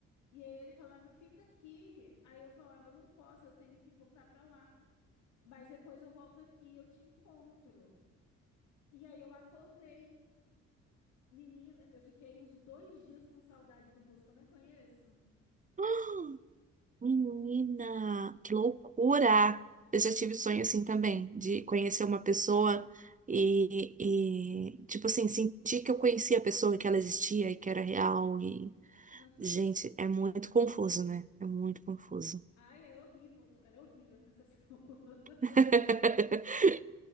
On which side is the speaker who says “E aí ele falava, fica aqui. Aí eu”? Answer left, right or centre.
Left